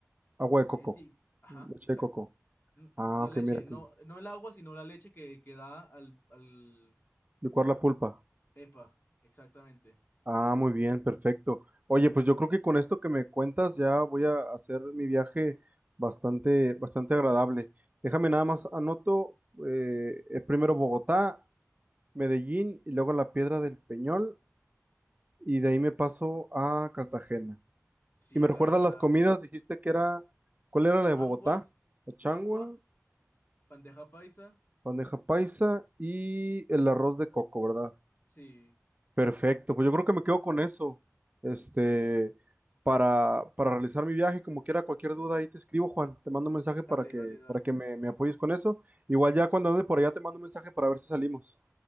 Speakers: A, on the right; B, on the left.
A: agua de coco,
B: Eh, sí, ajá,
A: leche
B: exacto.
A: de coco.
B: N-
A: Ah,
B: La
A: ok,
B: leche,
A: mira aquí.
B: no, no el agua, sino la leche que, que da al, al...
A: Licuar la pulpa.
B: Epa, exactamente.
A: Ah, muy bien, perfecto. Oye, pues yo creo que con esto que me cuentas ya voy a hacer mi viaje bastante, bastante agradable. Déjame nada más anoto eh, eh, primero Bogotá, Medellín y luego la Piedra del Peñol y de ahí me paso a Cartagena.
B: Sí,
A: Y me recuerdas
B: la verdad.
A: las comidas, dijiste que era, ¿cuál era la
B: Changua,
A: de Bogotá? La changua,
B: changua, bandeja paisa.
A: bandeja paisa y el arroz de coco, ¿verdad?
B: Sí,
A: Perfecto, pues yo creo que me quedo con eso. Este, para, para realizar mi viaje, como quiera, cualquier duda ahí te escribo, Juan. Te mando un mensaje para
B: dale,
A: que,
B: dale, dale.
A: para que me, me apoyes con eso. Igual ya cuando ande por allá te mando un mensaje para ver si salimos.